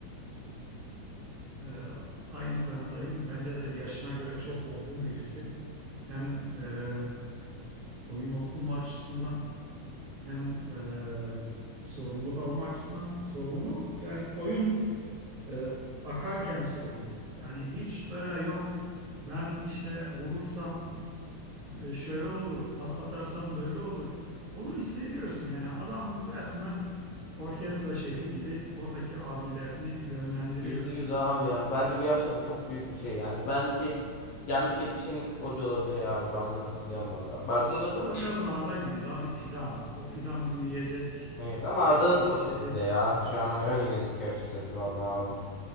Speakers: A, on the right (about 45°); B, on the left (about 65°).
A: Ee, aynı kanıdayım. Bence de yaşına göre çok olgun birisi. Hem e, oyun okuma açısından hem e, sorumluluk alma açısından. Sorumluluk yani oyun e, akarken sorumluluk. Yani hiç böyle yok. Ben işte vurursam e, şöyle olur, pas atarsam böyle olur. Onu hissediyorsun yani adam resmen orkestra şefi gibi oradaki abilerini yönlendiriyor.
B: Yüzde yüz abi yani. Bence bu yaşta bu çok büyük bir şey yani. Ben ki gelmiş geçmiş en iyi futbolcu olabilir ya abi. Ben buna katılıyorum valla. Barcelona
A: İşte
B: da
A: o
B: çok
A: da
B: genç
A: biraz
B: bir...
A: Arda gibi daha bir fidan. O fidan büyüyecek,
B: Evet ama Arda'nın
A: gelişecek.
B: çok üstünde ya. Şu an hani öyle gözüküyor açıkçası valla abi.